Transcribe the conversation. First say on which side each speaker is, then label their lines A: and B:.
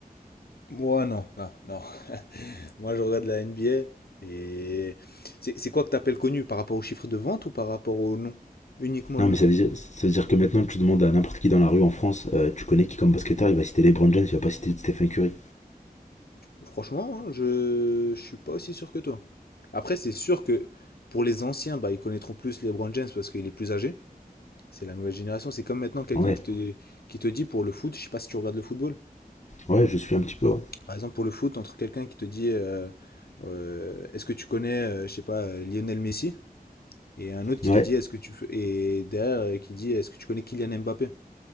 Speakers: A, on the left; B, on the left.
A: Moi, non, non, non. <laughs> Moi, je regarde la NBA. Et c'est c'est quoi que tu appelles connu? Par rapport au chiffre de vente ou par rapport au nom? Uniquement
B: Non,
A: le
B: mais
A: nom.
B: ça veut dire, ça veut dire que maintenant tu demandes à n'importe qui dans la rue en France, euh, tu connais qui comme basketteur, il va citer LeBron James, il va pas citer Stephen Curry.
A: Franchement, hein, je, je suis pas aussi sûr que toi. Après, c'est sûr que pour les anciens, bah, ils connaîtront plus LeBron James parce qu'il est plus âgé. C'est la nouvelle génération. C'est comme maintenant quelqu'un
B: Ouais,
A: qui te, qui te dit pour le foot, je sais pas si tu regardes le football.
B: ouais, je suis un petit peu. Ouais.
A: Par exemple, pour le foot, entre quelqu'un qui te dit euh, euh, est-ce que tu connais, euh, je sais pas, euh, Lionel Messi? Et un autre qui
B: Ouais.
A: te dit est-ce que tu fais- et derrière euh, qui dit est-ce que tu connais Kylian Mbappé?